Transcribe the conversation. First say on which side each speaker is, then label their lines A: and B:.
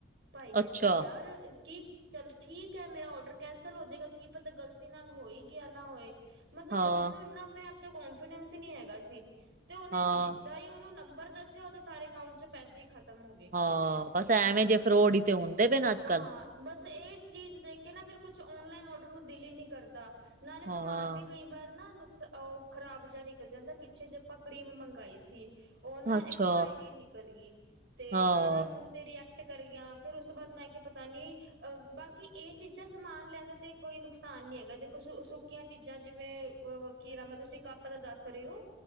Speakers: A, on the right; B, on the right.
A: ਭਾਈ ਕਹਿੰਦਾ
B: ਅੱਛਾ
A: ਯਾਰ ਕੀ ਚੱਲ ਠੀਕ ਏ ਮੇਰਾ ਔਡਰ ਕੈਂਸਲ ਹੋ ਜੈਗਾ ਕੀ ਪਤਾ ਗ਼ਲਤੀ ਨਾਲ ਹੋਈ ਗਿਆ ਨਾ ਹੋਏ ਮਤਲਬ
B: ਹਾਂ
A: ਬੰਦੇ ਨੂੰ ਇੰਨਾ ਆਪਨੇ ਆਪ ਤੇ ਕੋਨਫੀਡੈਂਸ ਹੀ ਨੀ ਹੈਗਾ ਸੀ। ਤੇ ਓਨੇ
B: ਹਾਂ
A: ਜਿੱਦਾਂ ਉਨੂੰ ਨੰਬਰ ਦੱਸਿਆ ਉਹਦੇ ਸਾਰੇ ਅਕਾਊਂਟ ਚ ਪੈਸੇ ਈ ਖਤਮ ਹੋ ਗਏ
B: ਹਾਂ ਐਵੇਂ
A: ਬਸ
B: ਜੇ ਫਰੋਡ ਈ ਤੇ ਹੁੰਦੇ ਪੈ ਨੇ ਅੱਜ
A: ਹਾਂ
B: ਕੱਲ
A: ਬਸ ਐ ਚੀਜ਼ ਦੇਖ ਕੇ ਨਾ ਫਿਰ ਕੁਛ ਔਨਲਾਈਨ ਅੋਡਰ ਨੂੰ ਦਿਲ ਈ ਨੀ ਕਰਦਾ ਨਾਲੇ ਸਮਾਨ
B: ਹਾਂ,
A: ਵੀ ਕਈ ਵਾਰ ਨਾ ਨੁਕਸ ਓ ਖ਼ਰਾਬ ਜਿਹਾ ਨਿਕਲ ਜਾਂਦਾ ਪਿੱਛੇ ਜੇ ਆਪਾ ਕਰ੍ਰੀਮ ਮੰਗਾਈ ਸੀ। ਓ ਨਾ
B: ਅੱਛਾ,
A: ਐਕਸਪਾਈਰੀ ਨੀਕਲ ਗਈ ਤੇ
B: ਹਾਂ,
A: ਸਾਰਾ ਮੂੰਹ ਤੇ ਰੈਕਟ ਕਟ ਕਰ ਜਾ ਫਿਰ ਉਸ ਤੋਂ ਬਾਅਦ ਮੈਂ ਕਿਆ ਪਤਾ ਨੀ ਅ ਬਾਕੀ ਏ ਚੀਜ਼ਾਂ ਸਮਾਨ ਲੈਨ ਦਾ ਤੇ ਕੋਈ ਨੁਕਸਾਨ ਨੀ ਹੈਗਾ ਦੇਖੋ ਸੁ ਸੁੱਕੀਆਂ ਚੀਜ਼ਾਂ ਜਿਵੇਂ ਕੀ ਰਾਮ ਏ ਤੁਸੀਂ ਕੱਪ ਦਾ ਦੱਸ ਰੇ ਓ